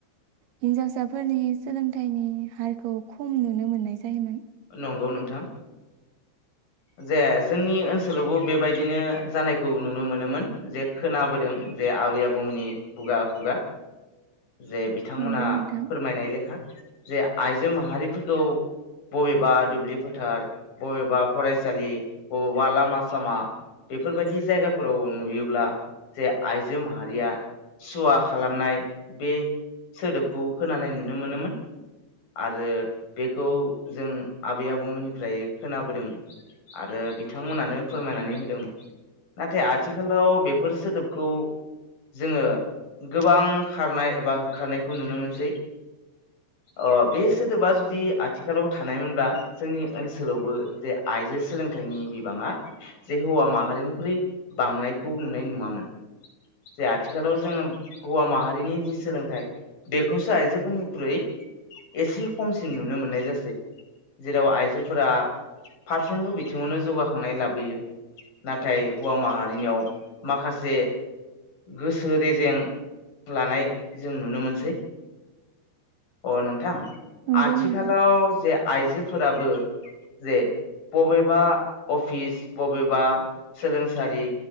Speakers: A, on the right; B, on the left.
A: हिनजावसाफोरनि सोलोंथाइनि हारखौ खम नुनो मोननाय जायोमोन।
B: नंगौ नोंथां‌। जे जोंनि ओन ओसोलावबो बेबायदिनो जानायखौ नुनो मोनोमोन जे खोनाबोदों जे आबै आबौमोननि खुगा खुगा जे बिथांमोना
A: नंगौ नोंथां
B: फोरमायनाय लेखा। जे आइजो माहारिफोरखौ बबेबा दुब्लि फोथार बबेबा फरायसालि बबेबा लामा सामा बेफोरबायदि जायगाफोराव नुयोब्ला जे आइजो माहारिया सुवा खालामनाय बे सोदोबखौ खोनानाय नुनो मोनोमोन आरो बेखौ जों आबै आबौमोननिफ्राय खोनाबोदों आरो बिथांमोनानो फोरमायनानै होदोंमोन नाथाय आथिखालाव बेफोर सोदोबखौ जोङो गोबां खारनाय एबा होखारनायखौ नुनो मोनसै ओ बे सोदोबा जुदि आथिखालाव थानायमोनब्ला जोंनि ओनसोलावबो जे आइजो सोलोंथाइनि बिबाङा जे हौवा माहारिनिख्रुइ बांनायखौ नुनाय नुवामोन जे आथिखालाव जोङो हौवा माहारिनि जि सोलोंथाइ बेखौसो आइजोफोरनिख्रुइ एसे खमसिन नुनो मोननाय जासै जेराव आइजोफोरा फारफ्रोमबो बिथिङावनो जौगाखांनाय लाबोयो नाथाय हौवा माहारिनियाव माखासे गोसो रेजें लानाय जों नुनो मोनसै अ नोंथां
A: नंगौ
B: आथिखालाव
A: नोंथां
B: जे आइजोफोराबो जे बबेबा अफिस बबेबा सोलोंसालि